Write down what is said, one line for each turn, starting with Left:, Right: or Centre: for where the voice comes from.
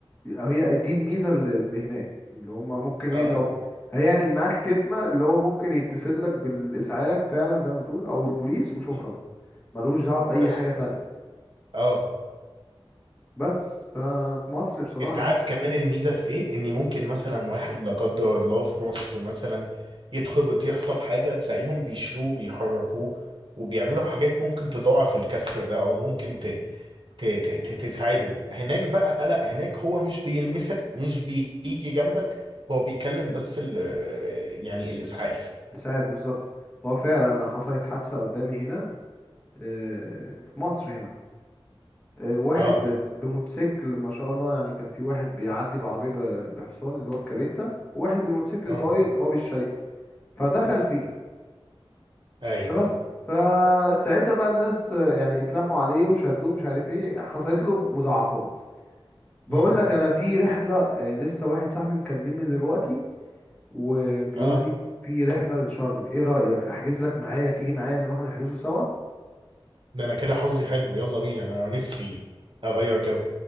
Left: هي دي الميزة اللي اللي هناك اللي هما ممكن إيه
Right: اه
Left: لو هيعمل معاك خدمة اللي هو ممكن يتصل لك بالإسعاف فعلا زي ما بتقول أو البوليس وشكرا
Right: مم.
Left: ملوش دعوة بأي
Right: بس
Left: حاجة تانية
Right: اه
Left: بس فمصر بصراحة
Right: انت عارف كمان الميزه في ايه ان ممكن مثلا واحد لا قدر الله في مصر مثلا يتخبط يحصل حاجه تلاقيهم بيشيلوه بيحركوه وبيعملوا حاجات ممكن تضاعف الكسر ده او ممكن ت... ت... ت... ت- تتعبه هناك بقى لا هناك هو مش بيلمسك مش بيجي جنبك هو بيكلم بس ال... يعني الاسعاف
Left: يساعد بالظبط هو فعلا حصلت حادثة قدامي هنا آه، في مصر هنا آه، واحد
Right: اه
Left: اه بموتوسيكل ما شاء الله يعني كان في واحد بيعدي بعربية ب- بحصان اللي هو الكاريتا وواحد بموتوسيكل
Right: اه
Left: طاير هو مش شايفه فدخل فيه
Right: اي
Left: فبس فساعتها بقى الناس آه، يعني اتلموا عليه وشدوه مش عارف ايه حصلت له مضاعفات بقول
Right: مم.
Left: لك انا في رحلة آه، لسه واحد صاحبي مكلمني دلوقتي وبيقول
Right: اه
Left: لي في رحلة لشرم ايه رأيك احجز لك معايا تيجي معايا نروح نحجزه سوا
Right: ده انا كده حظي حلو يلا بينا انا نفسي اغير جو